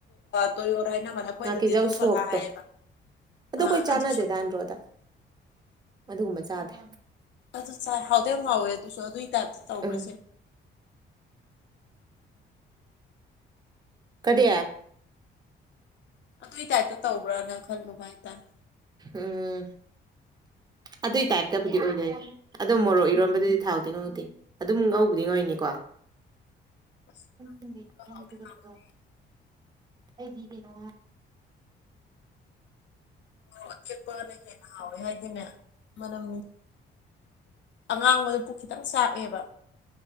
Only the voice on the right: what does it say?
ꯉꯥꯀꯤꯖꯧ
ꯁꯣꯛꯇꯣ
ꯑꯗꯣ
ꯑꯩꯈꯣꯏ ꯆꯥꯟꯅꯗꯦꯗ
ꯑꯟꯗ꯭ꯔꯣꯗ ꯑꯗꯨꯒꯨꯝꯕ ꯆꯥꯗꯦ
ꯎꯝ ꯀꯔꯤ
ꯎꯝ ꯑꯗꯨꯏ ꯇꯥꯏꯞꯇꯕꯨꯗꯤ ꯑꯣꯏꯗꯣꯏꯅꯤ ꯑꯗꯣ ꯃꯣꯔꯣꯛ ꯏꯔꯣꯟꯝꯕꯗꯨꯗꯤ ꯊꯥꯎꯗꯤ ꯉꯧꯗꯦ ꯑꯗꯨꯝ ꯉꯧꯕꯗꯤ ꯉꯧꯔꯤꯅꯤꯀꯣ
ꯗꯨ
ꯑꯩꯒꯤ ꯀꯩꯅꯣ